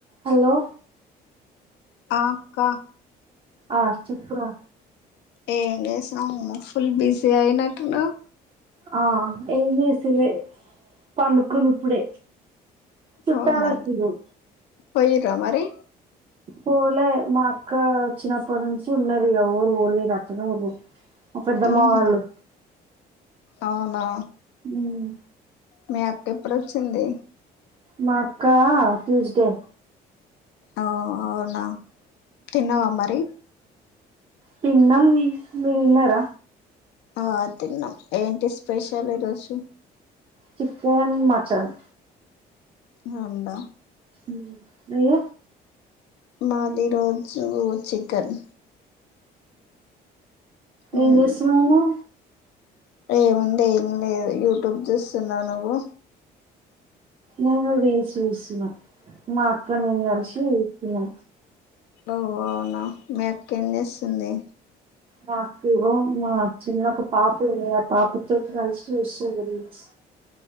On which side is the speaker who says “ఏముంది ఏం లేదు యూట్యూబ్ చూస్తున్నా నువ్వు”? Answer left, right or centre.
Left